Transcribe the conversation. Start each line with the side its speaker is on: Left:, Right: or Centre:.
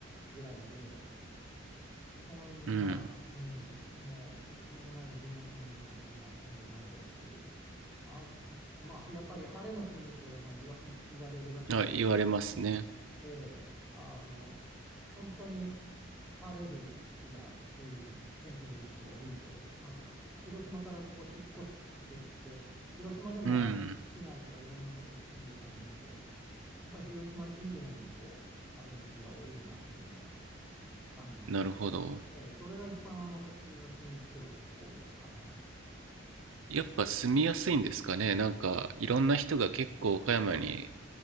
Centre: ぐらいでそんな、
Right: うん。
Centre: うん、もう目の前が見えなくなるようなこともほとんどないですしあ、まあ、やっぱり晴れの国と、まあ、言わ、言われるだけあって
Right: あ、言われますね。
Centre: ええ、あの、本当に晴れる日が多い、天気のいい日が多いと、あの、広島からこう引っ越してきて、広島でもあのし市内とかいろんなとこ住んでたんですけど、
Right: うん。
Centre: やっぱり広島以上にこう晴れの日が多いなっていうのは感じて、
Right: なるほど。
Centre: ええ、それが一番私が気に入ってるところですかね。
Right: やっぱ住みやすいんですかね。なんかいろんな人が結構岡山に